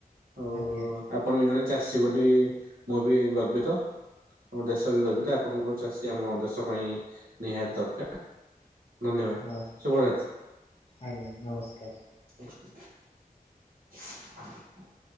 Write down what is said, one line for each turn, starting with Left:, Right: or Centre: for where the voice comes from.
Right: ଆଉ
Left: ଆଜ୍ଞା।
Right: ଆପଣ ବି ଜଣେ ଚାଷୀ ବୋଲି ମୁଁ ବି ଗର୍ବିତ। ଆମ ଦେଶ ବି ଗର୍ବିତ ଆପଣଙ୍କର ଚାଷୀ ଆମ ଦେଶ ପାଇଁ ନିହାତି ଦରକାର। ଧନ୍ୟବାଦ
Left: ହଁ
Right: ଶୁଭରାତ୍।
Left: ଆଜ୍ଞା ନମସ୍କାର।
Right: ଆ <inaudible> <inaudible>